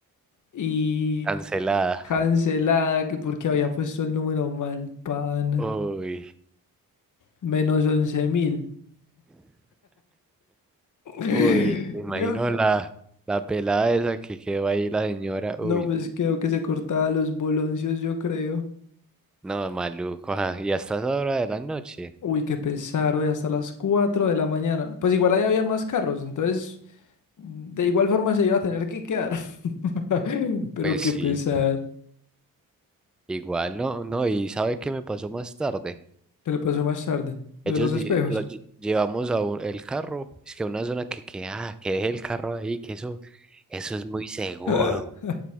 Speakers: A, on the left; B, in the centre.
A: y
B: cancelada.
A: cancelada, que porque había puesto el número mal, pana.
B: Uy,
A: Menos once mil. <laughs>
B: uy, me imagino
A: Yo,
B: la, la pelada esa que quedó ahí, la señora.
A: no,
B: Uy,
A: pues creo que se cortaba los boloncios, yo creo.
B: no, maluco, ajá, Y hasta esa hora de la noche.
A: Uy, qué pesar, hoy hasta las 4 de la mañana. Pues igual ahí habían más carros, entonces de igual forma se iba a tener que quedar. <laughs> Pero
B: Pues
A: qué
B: sí,
A: pesar.
B: igual no, no, y ¿sabe qué me pasó más tarde?
A: ¿Qué le pasó más tarde? Lo
B: Ellos
A: de los espejos.
B: di- lo lle- llevamos a un- el carro, es que a una zona que, que, ah, que deje el carro ahí, que eso, eso es muy seguro,
A: <laughs>